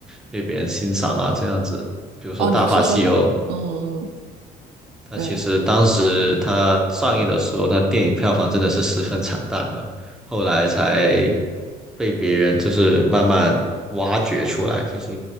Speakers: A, in the centre; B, on the right (about 75°).
A: 被别人欣赏啊这样子。比如说《大话西游》，
B: 哦，你是说，嗯，
A: 它其实当时它上映的时候，
B: 对
A: 那电影票房真的是十分惨淡的，后来才被别人就是慢慢挖掘出来，就是